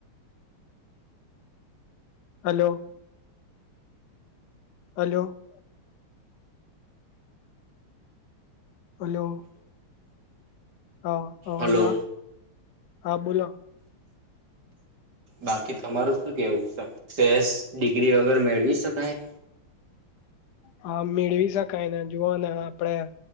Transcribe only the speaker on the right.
હલો
બાકી તમારું શું કેવું સક્સેસ ડિગ્રી વગેર મેળવી શકાય?